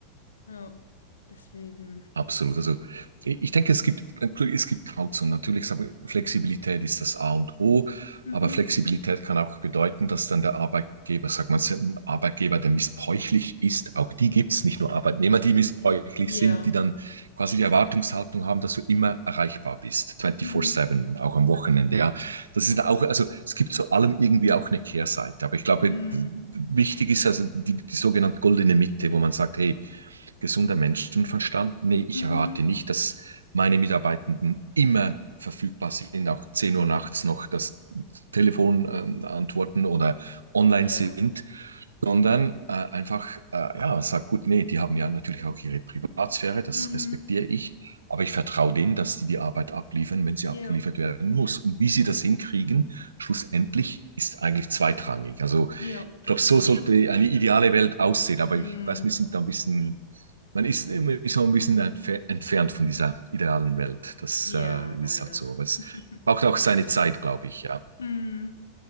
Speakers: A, on the left; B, on the right.
A: Ja, deswegen.
B: Absolut. Also ich ich denke, es gibt, äh, es gibt Grauzonen. Natürlich sagen wir, Flexibilität ist das A und O,
A: Mhm.
B: aber Flexibilität kann auch bedeuten, dass dann der Arbeitgeber, sag mal, ein Arbeitgeber, der missbräuchlich ist, auch die gibt es, nicht nur Arbeitnehmer, die missbräuchlich
A: Ja.
B: sind, die dann quasi die Erwartungshaltung haben, dass du immer erreichbar bist, 24/7,
A: Mhm.
B: auch am Wochenende. Ja, das ist
A: Oh
B: auch,
A: Gott.
B: also es gibt zu allem irgendwie auch eine Kehrseite. Aber ich glaube,
A: Mhm.
B: wichtig ist also die, die sogenannte goldene Mitte, wo man sagt, hey, gesunder Menschenverstand. Nee, ich
A: Mhm.
B: erwarte nicht, dass meine Mitarbeitenden immer verfügbar sind, auch 10 Uhr nachts noch das Telefon ähm, antworten oder online
A: Ja.
B: sind, sondern äh, einfach, äh, ja, sagt gut, nee, die haben ja natürlich auch ihre Privatsphäre, das
A: Mhm.
B: respektiere ich, aber ich vertraue denen, dass die die Arbeit abliefern, wenn sie
A: Ja.
B: abgeliefert werden muss. Und wie sie das hinkriegen, schlussendlich ist eigentlich zweitrangig. Also ich
A: Ja, das
B: glaube,
A: stimmt.
B: so sollte eine ideale Welt aussehen, aber
A: Mhm.
B: ich weiß, wir sind da ein bisschen man ist immer so ein bisschen entfernt von dieser idealen Welt. Das
A: Ja,
B: äh,
A: leider.
B: ist halt so. Aber es
A: <laughs>
B: braucht auch seine Zeit, glaube ich, ja.
A: Mhm.